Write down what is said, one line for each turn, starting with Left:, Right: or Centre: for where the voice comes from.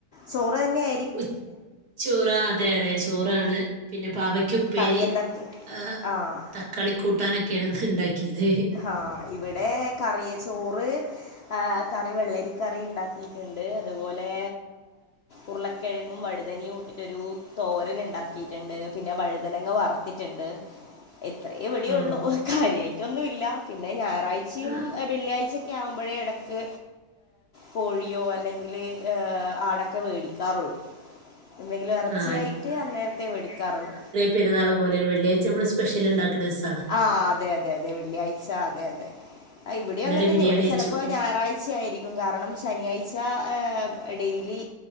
Left: ചോറ് തന്നെ ആ
Right: ഉച്ച് ചോറ് അതെ അതെ ചോറാണ് പിന്നെ പാവയ്ക്ക് ഉപ്പേരി
Left: കറി എന്തൊക്കെ
Right: ആ
Left: ആഹ്
Right: തക്കാളി കൂട്ടാനൊക്കെയാണ് ഇന്ന് ഇണ്ടാക്കിയത്.
Left: ആഹ് ഇവിടെ കറിയ ചോറ് ഏ കറി വെള്ളരിക്കറി ഇണ്ടാക്കിയിട്ട്ണ്ട് അതുപോലെ ഉരുളക്കെഴങ്ങും വഴുതനും ഇട്ടിട്ടൊരു തോരൻ ഇണ്ടാക്കിയിട്ട്ണ്ട്. പിന്നെ വഴുതനങ്ങ വറത്തിട്ട്ണ്ട്. ഇത്രേ ഇവിടെ
Right: ഓ
Left: ഒള്ളൂ. ഒരു കാര്യയിറ്റൊന്നുംല്ല. പിന്നെ ഞായറാഴ്ചയും
Right: ആ
Left: വെള്ളിയാഴ്ചൊക്കെ ആവുമ്പോഴേ എടക്ക് കോഴിയോ അല്ലെങ്കില് ആടൊക്കെ വേടിക്കാറുള്ളൂ. എന്തെങ്കിലും എറച്ചിയായിട്ട്
Right: ആ,
Left: അന്നേരത്തെേ മേടിക്കാറുള്ളൂ
Right: പെരുന്നാള് പോലെ വെള്ളിയഴ് നമ്മള് സ്പെഷ്യല് ഇണ്ടാക്കണീസ്
Left: ആഹ് അതെ അതെ അതെ വെള്ളിയാഴ്ച അതെ അതെ ഇവിടെ
Right: ഇന്നലെ
Left: അങ്ങെ തന്നെ
Right: ബിരിയാണി
Left: ഇവിടെ
Right: വെച്ചു
Left: ചെലപ്പോ ഞായറാഴ്ചയായിരിക്കും കാരണം ശനിയാഴ്ച ഏഹ് ഡെയിലി